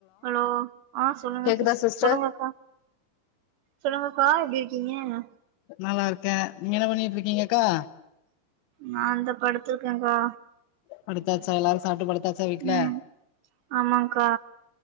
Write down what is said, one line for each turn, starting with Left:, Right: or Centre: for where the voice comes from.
Right: hello ஆ சொல்லுங்க
Left: கேக்குதா
Right: சிஸ்
Left: சிஸ்டர்
Right: சொல்லுங்கக்கா சொல்லுங்கக்கா எப்டி இருக்கீங்க
Left: நல்லாருக்கே நீங்க என்ன பண்ணிட்ருக்கீங்கக்கா
Right: நா இந்த படுத்திருக்கேக்கா
Left: படுத்தாச்சா எல்லாரு சாப்ட்டு படுத்தாச்சா வீட்ல
Right: ம் ஆமாக்கா